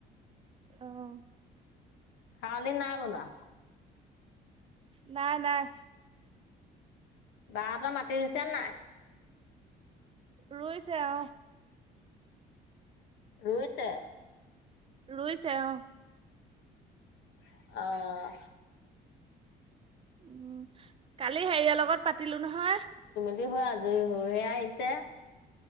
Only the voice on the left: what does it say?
খাৱলি নাই বনোৱা।
বা হত মাটি ৰুইছে নাই।
ৰুইছে।
অহ'
সি হৈ আজৰি হৈ হে আহিছে।